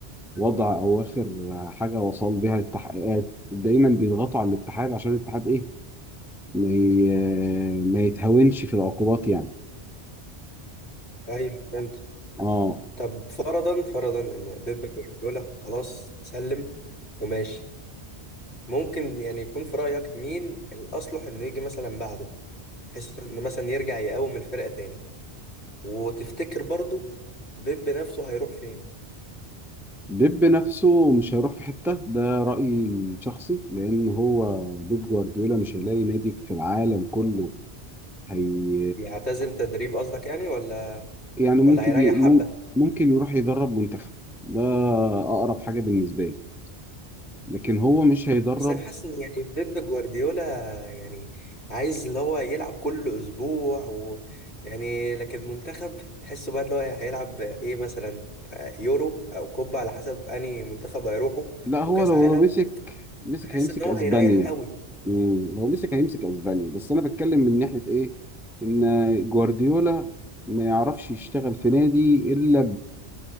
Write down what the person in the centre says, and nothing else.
وضع أو آخر حاجة وصل بيها التحقيقات دايما بيضغطوا على الاتحاد عشان الاتحاد إيه ما ي- ما يتهاونش في العقوبات يعني
اه
بيب نفسه مش هيروح في حتة ده رأيي شخصي لأن هو بيب جوارديولا مش هيلاقي نادي في العالم كله هي
يعني ممكن
ي... مم-
ممكن يروح يدرب منتخب ده أقرب حاجة بالنسبة لي لكن هو مش هيدرب
لا هو
لو
لو مسك مسك
هيمسك
أسبانيا
مم، لو مسك هيمسك أسبانيا بس أنا بتكلم من ناحية إيه إن جوارديولا ما يعرفش يشتغل في نادي إلا